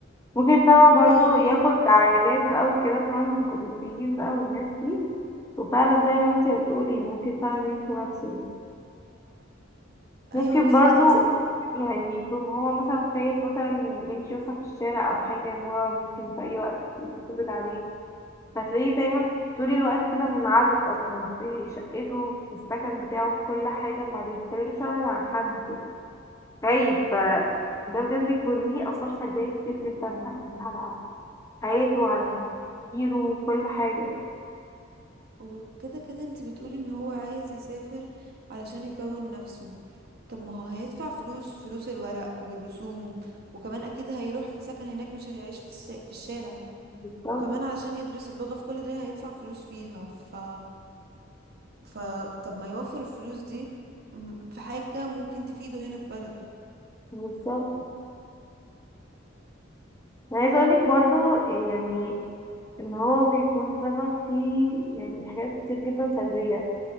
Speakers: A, on the left; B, on the right.
A: ممكن طبعا برضه
B: ايوه
A: ياخد عائلات بقى وكده فاهم الأوروبيين بقى والناس دي وفعلا زي ما انتي بتقولي ممكن فعلا يمشي نفسه
B: ايوه
A: ممكن
B: وكده
A: برضو
B: كده اصلا
A: يعني يكون هو مثلا خايف مثلا يمشي مثلا في الشارع او حاجة ان هو ممكن في اي وقت يتقبض عليه فتلاقيه دايما طول الوقت كده منعزل اصلا في شقته في السكن بتاعه في كل حاجة ما بيتكلمش ولا مع حد خايف ف ده بجد بيكون ليه اثار سلبية كتير جدا يعني على حياته على تفكيره وكل حاجة
B: وكده كده انت بتقولي ان هو عايز يسافر علشان يكون نفسه طب ما هو هيدفع فلوس فلوس الورق والرسوم وكمان اكيد هيروح في سكن هناك مش هيعيش في الس... في الشارع
A: بالظبط
B: وكمان علشان يدرس اللغة في كل ده هيدفع فلوس فيها ف ف طب ما يوفر الفلوس دي م- في حاجة ممكن تفيده هنا في بلده
A: بالظبط انا عايزة اقولك برضو يعني ان هو بيكون فاهمة فيه يعني حاجات كتير جدا سلبية